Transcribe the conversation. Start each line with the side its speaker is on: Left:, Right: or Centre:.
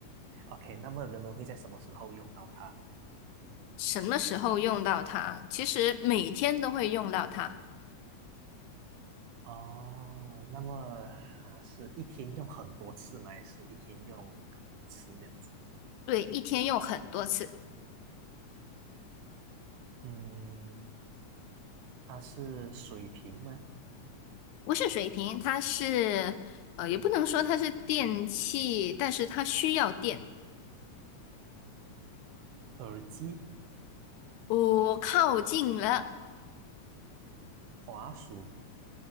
Right: ，OK，那么人们会在什么时候用到它？
Left: 什么时候用到它？其实每天都会用到它，
Right: 哦，那么它是一天用很多次吗？还是一天用可能一次这样子？
Left: 对，一天用很多次。
Right: 嗯，它是水瓶吗？
Left: 不是水瓶，它是呃，也不能说它是电器，但是它需要电。
Right: 耳机、
Left: 我靠近了，
Right: 滑鼠